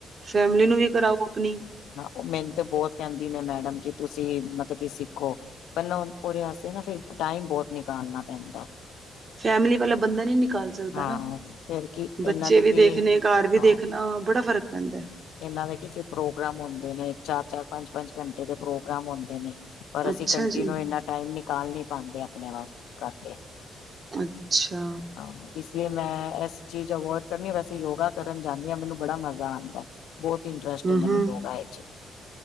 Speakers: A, on the right; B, on the left.
A: ਫੈਮਲੀ ਨੂੰ ਵੀ ਕਰਾਓ ਆਪਣੀ
B: ਹਾਂ ਉਹ ਮੈਨੂੰ ਤੇ ਬਹੁਤ ਕਹਿਦੀ ਨੇ ਮੈਡਮ ਕਿ ਤੁਸੀ ਮਤਲਬ ਕੀ ਸਿਖੋ ਪੈਹਿਲਿ ਦੇ ਵਾਸਤੇ ਨਾ ਫਿਰ ਟਾਈਮ ਬਹੁਤ ਨਿਕਾਲਣਾ ਪੈਦਾ
A: ਫੈਮਿਲੀ ਪਹਿਲਾ ਬੰਦਾ ਨੀ ਨਿਕਾਲਦਾ
B: ਹਾਂ
A: ਨਾ
B: ਫਿਰ ਕੀ ਇਹਨਾਂ
A: ਬੱਚੇ
B: ਦੇ
A: ਵੀ
B: ਕੀ
A: ਦੇਖਣੇ ਘਰ ਵੀ
B: ਹਾਂ
A: ਦੇਖਣਾ ਬੜਾ ਫਰਕ ਪੈਦਾ
B: ਇਹਨਾਂ ਦੇ ਕਿ ਪ੍ਰੋਗਰਾਮ ਹੁਦੇ ਨੇ ਚਾਰ- ਚਾਰ ਪੰਜ- ਪੰਜ ਘੰਟੇ ਦੇ ਪ੍ਰੋਗਰਾਮ ਹੁਦੇ ਨੇ ਪਰ ਅਸੀ
A: ਅੱਛਾ
B: ਕੰਟੀਨਿਊ
A: ਜੀ
B: ਇਨਾ ਟਾਈਮ ਨਿਕਾਲ ਨੀ ਪਾਉਦੇ ਆਪਣੇ ਵਾ ਕਰਕੇ
A: ਅਛਾ-
B: ਹਾਂ ਇਸ ਲਈ ਮੈ ਇਸ ਚੀਜ਼ ਅਵੋਇਡ ਕਰਨੀ ਵੈਸੇ ਯੋਗਾ ਕਰਨ ਜਾਦੀ ਹਾਂ ਮੈਨੂੰ ਬੜਾ ਮਜ਼ਾ ਆਉਦਾ ਬਹੁਤ ਇੰਟਰੇਸਟ
A: ਹੂੰ
B: ਮਨ
A: ਹੂੰ
B: ਲੋਗਏ ਹ